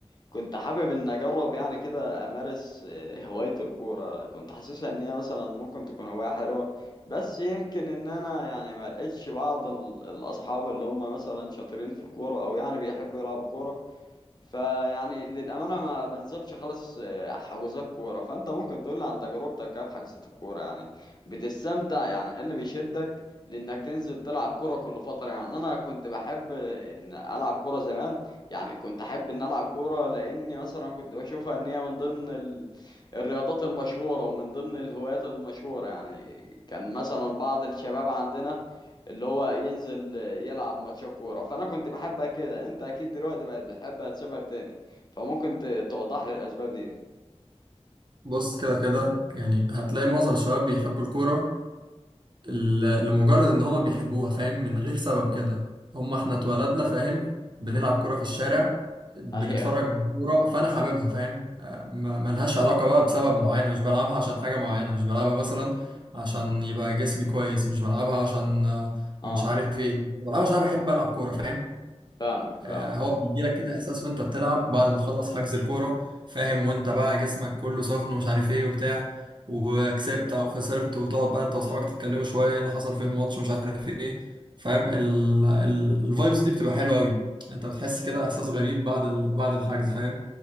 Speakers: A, on the left (about 40°); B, on the right (about 45°).
A: كنت حابب ان اجرب يعني كده امارس آه، هواية الكورة كنت حاسسها ان هي مثلا ممكن تكون هواية حلوة بس يمكن ان انا يعني ما لقيتش بعض ال- الاصحاب اللي هم مثلا شاطرين في الكورة او يعني بيحبوا يلعبوا كورة فيعني للأمانة ما بنزلش خالص آه، حجوزات كورة فأنت ممكن تقول لي عن تجربتك كده في حجزة الكورة يعني بتستمتع يعني إيه اللي بيشدك لإنك تنزل تلعب كورة كل فترة يعني أنا كنت بحب إن ألعب كورة زمان يعني كنت أحب إن ألعب كورة لأني مثلا كنت بشوفها إن هي من ضمن ال... الرياضات المشهورة ومن ضمن الهوايات المشهورة يعني كان مثلا بعض الشباب عندنا اللي هو ينزل يلعب ماتشات كورة فأنا كنت بحبها كده أنت أكيد دلوقتي بقت بتحبها لسبب تاني فممكن ت- توضح لي الأسباب دي
B: بص كده كده يعني هتلاقي معظم الشباب بيحبوا الكورة ل- لمجرد ان هما بيحبوها فاهم من غير سبب كده هما احنا اتولدنا فاهم بنلعب كورة في الشارع بنتفرج
A: أهي
B: على الكورة فانا حاببها فاهم آه، ما- ملهاش علاقة بقى بسبب معين مش بلعبها عشان حاجة معينة مش بلعبها مثلا عشان يبقى جسمي كويس مش بلعبها عشان آه،
A: أه
B: مش عارف ايه بلعبها عشان انا بحب العب كورة فاهم
A: فاهمك فاهمك
B: آه، هو بيجيلك كده احساس وانت بتلعب بعد ما تخلص حجز الكوره فاهم وانت بقى جسمك كله سخن ومش عارف ايه وبتاع وكسبت او خسرت وتقعد بقى انت واصحابك تتكلموا شويه ايه اللي حصل في الماتش ومش عارف ايه فاهم ال- ال- الفايبز دي بتبقى حلوه قوي انت بتحس كده احساس غريب بعد ال... بعد الحجز فاهم